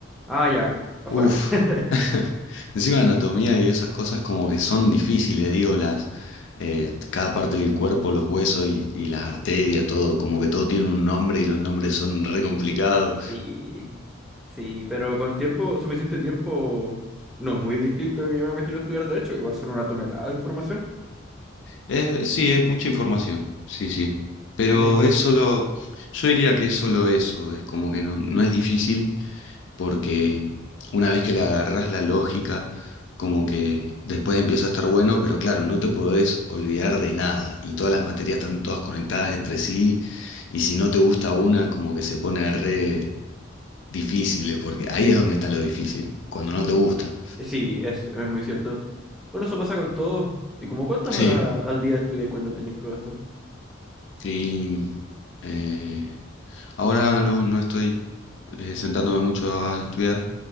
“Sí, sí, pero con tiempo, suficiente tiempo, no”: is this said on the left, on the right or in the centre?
Centre